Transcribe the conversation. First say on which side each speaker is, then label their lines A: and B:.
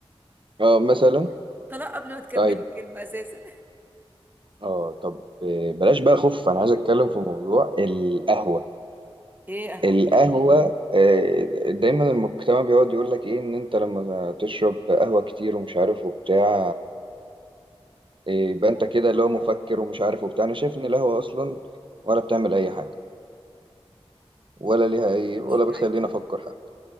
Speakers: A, on the right; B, on the right.
A: اه مثلا
B: <laughs> طلاق قبل ما تكملي
A: طيب
B: الكلمه اساسا
A: اه طب آه، بلاش بقى خوف انا عايز اتكلم في موضوع القهوة
B: ايه اهو
A: القهوة آه، دايما المجتمع بيقعد يقول لك ايه ان انت لما تشرب قهوة كتير ومش عارف وبتاع إيه، يبقى انت كده اللي هو مفكر ومش عارف وبتاع انا شايف ان القهوه اصلا ولا بتعمل اي حاجه ولا ليها اي
B: انا
A: ولا
B: مش معاك
A: بتخليني افكر حتى